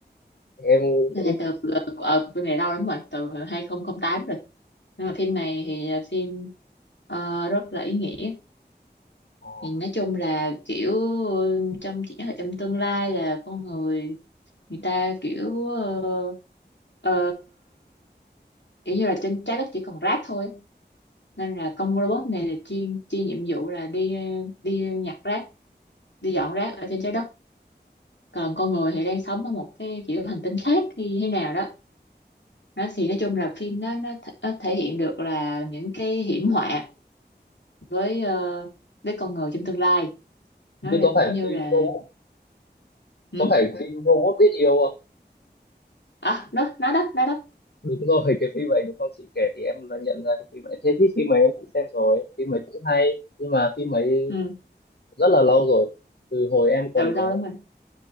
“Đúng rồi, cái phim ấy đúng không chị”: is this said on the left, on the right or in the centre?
Left